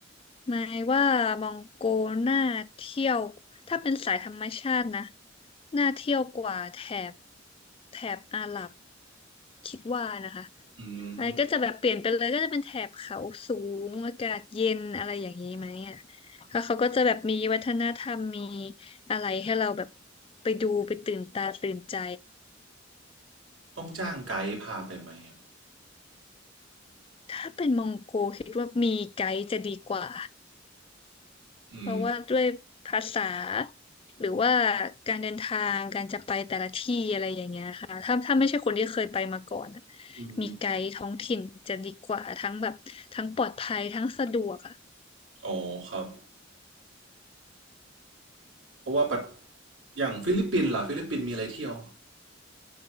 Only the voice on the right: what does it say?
อืม
ต้องจ้างไกด์พาไปไหมอะ
อืม
อืม
อ๋อครับเพราะว่าปัดอย่างฟิลิปปินส์ล่ะฟิลิปปินส์มีอะไรเที่ยว